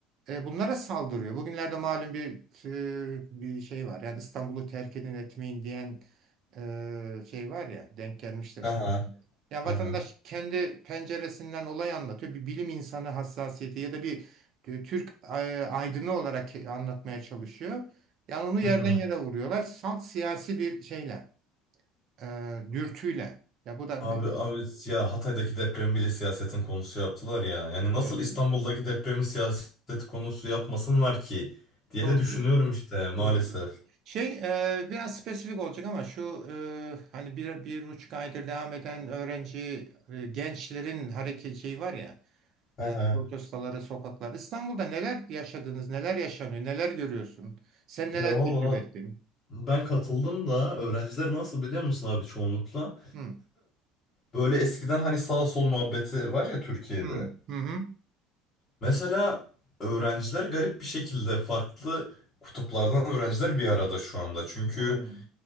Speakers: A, on the right; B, on the left.
A: e, bunlara saldırıyor. Bugünlerde malum bir e, bir şey var. Yani İstanbul'u terk edin etmeyin diyen e, şey var ya denk gelmiştir sana.
B: Aha,
A: Yani vatandaş
B: aha.
A: kendi penceresinden olay anlatıyor. Bir bilim insanı hassasiyeti ya da bir e, Türk e, aydını olarak anlatmaya çalışıyor. Yani onu yerden
B: Hı hı.
A: yere vuruyorlar. Salt siyasi bir şeyle, e, dürtüyle. Ya bu da
B: Abi abi ya Hatay'daki depremi bile siyasetin konusu yaptılar ya. Yani nasıl
A: evet
B: İstanbul'daki
A: yani.
B: depremi siyaseti konusu yapmasınlar ki diye
A: Doğru
B: de düşünüyorum
A: diyorsun.
B: işte maalesef.
A: Doğru diyorsun. Şey e, biraz spesifik olacak ama şu e, hani bir, bir buçuk aydır devam eden öğrenci e, gençlerin hareket şeyi var ya
B: Hı
A: Evet,
B: hı.
A: protestoları, sokaklar. İstanbul'da neler yaşadınız, neler yaşanıyor, neler görüyorsun? Sen
B: Ya
A: neler
B: vallahi
A: tecrübe ettin?
B: ben katıldım da öğrenciler nasıl biliyor musun abi çoğunlukla?
A: Hı,
B: Böyle eskiden hani sağ sol muhabbeti var ya Türkiye'de.
A: hı, hı, hı.
B: Mesela öğrenciler garip bir şekilde farklı kutuplardan öğrenciler bir arada şu anda. Çünkü
A: Hı.